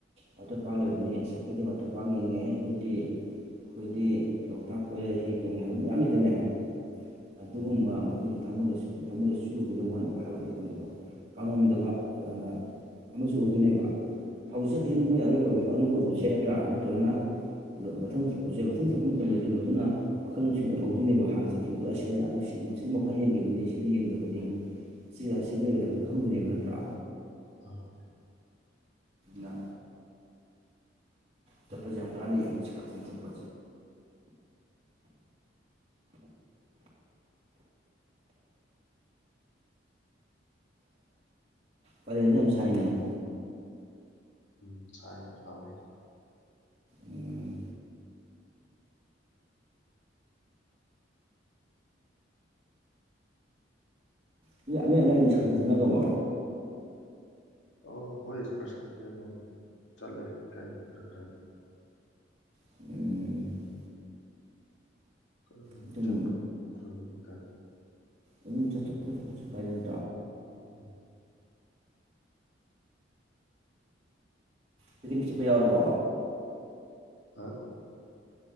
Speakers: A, on the right; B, on the left.
A: ꯋꯥꯇꯔ ꯄꯥꯛ ꯂꯩꯕꯅꯤ ꯑꯁ ꯑꯩꯈꯣꯏꯒꯤ ꯋꯥꯇꯔ ꯄꯥꯛ ꯌꯦꯡꯉꯦ ꯍꯦ ꯑꯈꯣꯏꯗꯤ ꯑꯩꯈꯣꯏꯗꯤ ꯂꯣꯛꯇꯥꯛ ꯀꯣꯏꯔꯦ ꯍꯤ ꯇꯣꯡꯉꯦ ꯍꯥꯏꯕ ꯃꯌꯥꯝ ꯂꯩꯇꯔꯥꯅꯦ ꯑꯗꯨꯒꯨꯝꯕ
B: ꯎꯝ
A: ꯃꯈꯣꯏꯒꯤ ꯊꯃꯣꯏꯗꯁꯨ ꯊꯃꯣꯏꯗ ꯆꯨꯈꯤꯗꯧꯕ ꯍꯥꯏꯕꯒꯤ ꯀꯩꯅꯣꯗꯣ ꯀꯥꯎꯉꯝꯗꯕꯥ ꯌꯥꯝꯅ ꯑꯃꯁꯨ ꯑꯣꯏꯗꯣꯏꯅꯦꯕ ꯍꯧꯖꯤꯛ ꯆꯠꯈꯤꯁꯤꯅ ꯃꯈꯣꯏ ꯑꯔꯣꯏꯕ ꯑꯔꯣꯏꯕ ꯑꯣꯏꯕꯁꯦ ꯅꯠꯇ꯭ꯔꯥ ꯅꯠꯇ꯭ꯔꯒꯅ
B: ꯎꯝ
A: ꯃꯊꯪ ꯆꯠꯄꯁꯦ ꯃꯊꯪ ꯆꯠꯂꯄꯥ ꯃꯇꯝꯗꯥꯗꯤ ꯃꯗꯨꯅ ꯋꯥꯈꯜ ꯂꯧꯁꯤꯡ ꯑꯣꯏꯍꯧꯗꯣꯏꯅꯦꯕ ꯍꯥꯟꯅ ꯆꯠꯈꯤꯕꯗꯣ ꯑꯁꯤꯗ ꯃꯁꯤꯗ ꯃꯈꯥ ꯌꯦꯡꯈꯤꯕꯅꯤ ꯁꯤꯗꯤ ꯌꯦꯡꯗꯕꯅꯤ ꯁꯤꯗꯥ ꯁꯤ ꯂꯩꯕꯅꯦ ꯍꯥꯏꯕꯣ ꯈꯪꯗꯣꯏꯅꯦꯕ ꯅꯠꯇ꯭ꯔꯥ
B: ꯑꯥ
A: ꯎꯝ ꯆꯠꯄꯥꯁꯦ ꯌꯥꯝ ꯀꯥꯟꯅꯩꯌꯦ ꯏꯁꯀꯥꯁꯟ ꯆꯠꯄꯥ ꯀꯥꯂꯦꯟꯟꯁꯦ ꯌꯥꯝ ꯁꯥꯏꯅꯦ
B: ꯎꯝ ꯁꯥꯏ ꯁꯥꯕꯗꯤ
A: ꯎꯝ ꯁꯤ ꯑꯗꯨꯏ ꯑꯗꯥꯏ ꯗꯤꯀꯁꯟ ꯆꯠꯅꯕꯕꯣ
B: ꯑꯣ ꯍꯣꯏ ꯏꯁꯀꯔꯁꯟꯁꯦ ꯑꯗꯨꯝ ꯆꯠꯂꯦ ꯂꯩꯀꯥꯏꯒꯤ ꯈꯔ ꯈꯔꯗꯤ
A: ꯎꯝ
B: ꯀꯔ
A: ꯑꯗꯨꯝ
B: ꯆꯠꯄ ꯅꯠꯇ꯭ꯔꯕꯁꯨ ꯍꯥꯏꯇꯥꯔꯦ
A: ꯑꯗꯨꯝ ꯆ ꯀꯆ ꯀꯆꯨ ꯀꯥꯏꯔꯦꯟ
B: ꯎꯝ
A: ꯄꯤꯛꯅꯤꯛ ꯆꯠꯄ ꯌꯥꯎꯔꯕꯣ
B: ꯍꯥ